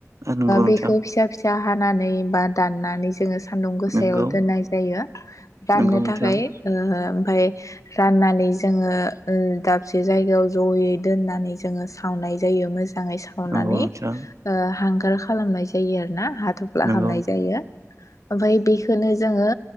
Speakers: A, on the right; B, on the left.
A: नंगौ नोंथां नंगौ नोंथां
B: बे फिसा फिसा हानानै बा दाननानै जोङो सान्दुं गोसायाव
A: नंगौ
B: दोननाय जायो राननो
A: नंगौ नोंथां
B: थाखाय ओमफ्राय राननानै जोङो दाबसे जायगायाव जयै दोननानै जोङो सावनाय जायो मोजाङै साव सावनानै
A: नंगौ नोंथां
B: हांगार खालामनाय जायो आरो ना हाथ'फ्ला
A: नंगौ
B: खालामनाय जायो ओमफफ्राय बेखोननो जोङो